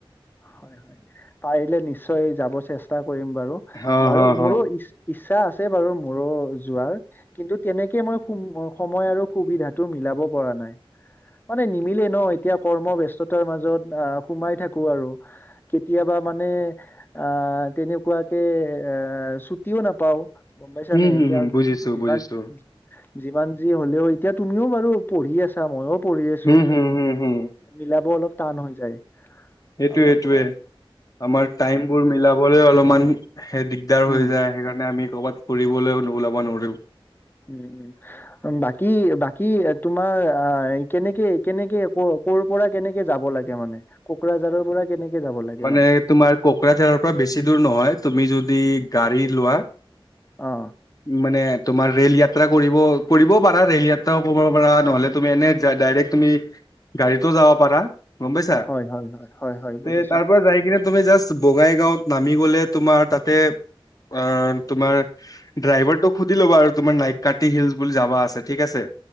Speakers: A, on the left; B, on the left.
A: হয়, হয় পাৰিলে নিশ্চয় নিশ্চয় যাব চেষ্টা কৰিম বাৰু,
B: হ
A: বাৰু
B: হ হ
A: মোৰো ইচ ইচ ইচ্ছা আছে বাৰু মোৰো যোৱাৰ কিন্তু তেনেকে মই সময় আৰু সুবিধাটো মিলাব পৰা নাই, মানে নিমিলে ন এতিয়া কৰ্ম ব্যস্ততাৰ মাজত আহ সোমাই থাকোঁ আৰু, কেতিয়াবা মানে আহ তেনেকুৱাকে এ ছুটিও নাপাওঁ। গম পাইছা
B: উম
A: নে
B: হম
A: এতিয়া
B: হম বুজিছো
A: যিমান
B: বুজিছো
A: যিমান যি হ'লেও, এতিয়া তুমিও বাৰু পঢ়ি আছা মইও পঢ়ি আছো
B: হম হম হম হম
A: মিলাব অলপ টান হৈ যায়।
B: সেইটোয়ে
A: অলপ
B: সেইটোয়ে
A: আহ'
B: আমাৰ টাইম বোৰ মিলাবলৈ অলপমান দিগদাৰ
A: উম
B: হৈ যায়, সেইকাৰণে আমি ক'ৰবাত ফুৰিবলৈ ওলাব নোৱাৰোও।
A: উম' উম' বাকী বাকী তোমাৰ আহ কেনেকে কেনেকে ক কৰ পৰা কেনেকে যাব লাগে মানে, কোকৰাঝাৰৰ পৰা কেনেকে যাব লাগে
B: মানে তোমাৰ কোকৰাঝাৰৰ পৰা বেছি দূৰ নহয়, তুমি যদি গাড়ী লোৱা
A: অ
B: মানে তোমাৰ ৰেল ইয়াত যাত্ৰা কৰিব পাৰা, ৰেল যাত্ৰাও কৰিব পাৰা নহ'লে তুমি এনে ডাইৰেক্ট তুমি গাড়ীতো যাব পাৰা। গম পাইছা
A: হয় হয় হয় হয় হয় বুজিছোঁ।
B: তে তাৰ পৰা যাই কিনে তুমি জাষ্ট বঙাইগাঁওত নামি বলে তোমাৰ তাতে অ তোমাৰ ড্ৰাইভাৰটো সুধি লবা, তোমাৰ নাইতকাতি হিলচ বুলি যাবা আছে ঠিক আছে।